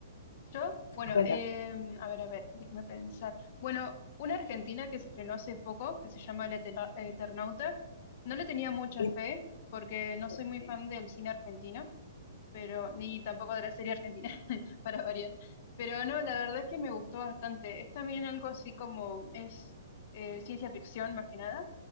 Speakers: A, on the left; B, on the left.
A: yo, bueno,
B: Cuéntame.
A: em, a ver, a ver, déjeme pensar. Bueno, una argentina que se estrenó hace poco, que se llama El Etena- Eternauta, no le tenía mucha
B: Y-
A: fe porque no
B: ok,
A: soy muy fan del cine argentino, pero ni tampoco de la serie argentina, <laughs> para variar. Pero no, la verdad es que me gustó bastante. Es también algo así como es eh, ciencia ficción más que nada,